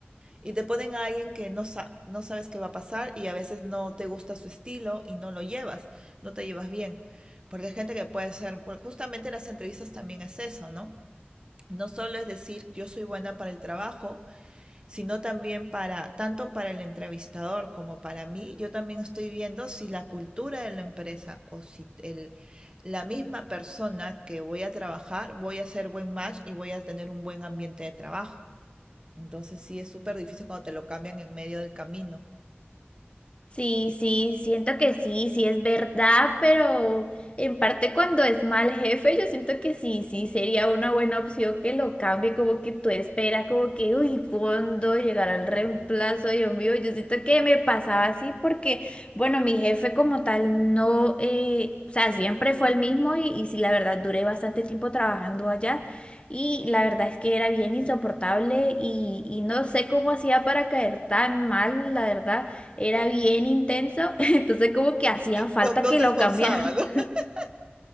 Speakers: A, on the right (about 25°); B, on the left (about 30°).
A: y te ponen a alguien que no, sa- no sabes qué va a pasar y a veces no te gusta su estilo y no lo llevas, no te llevas bien. Porque hay gente que puede ser, porque justamente las entrevistas también es eso, ¿no? No solo es decir yo soy buena para el trabajo, sino también para, tanto para el entrevistador como para mí, yo también estoy viendo si la cultura de la empresa o si el, la misma persona que voy a trabajar, voy a hacer buen match y voy a tener un buen ambiente de trabajo. Entonces sí es súper difícil cuando te lo cambian en medio del camino.
B: Sí, sí, siento que sí, sí es verdad, pero en parte cuando es mal jefe, yo siento que sí, sí sería una buena opción que lo cambie, como que tú esperas, como que, uy, ¿cuándo llegará el reemplazo? Dios mío, yo siento que me pasaba así porque, bueno, mi jefe como tal no, eh, o sea, siempre fue el mismo y, y sí, la verdad, duré bastante tiempo trabajando allá. Y la verdad es que era bien insoportable y, y no sé cómo hacía para caer tan mal, la verdad era bien intenso, <laughs> entonces como que hacía falta
A: No, no
B: que
A: se
B: lo
A: esforzaba,
B: cambiaran.
A: ¿no? <laughs>